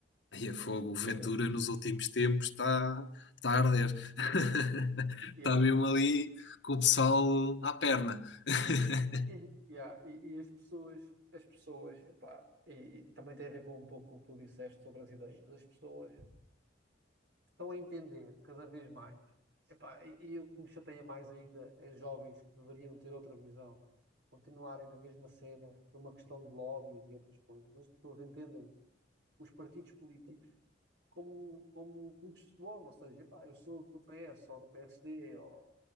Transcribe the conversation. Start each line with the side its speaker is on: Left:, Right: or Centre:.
Left: Aí a fogo,
Right: E as pessoas.
Left: o Ventura nos últimos tempos está tá tá a arder. <laughs>
Right: Yeah.
Left: Está mesmo ali com o pessoal à perna. <laughs>
Right: E, e, yeah, e, e as pessoas, as pessoas, epá, e também tem a ver com um pouco o que tu disseste sobre as ideias. As pessoas estão a entender cada vez mais. Epá, e, e o que me chateia mais ainda é jovens que deveriam ter outra visão, continuarem na mesma cena, por uma questão de lobbies e outras coisas. As pessoas entendem os partidos políticos como, como clubes de futebol, ou seja, epá, eu sou do PS, ou do PSD, ou,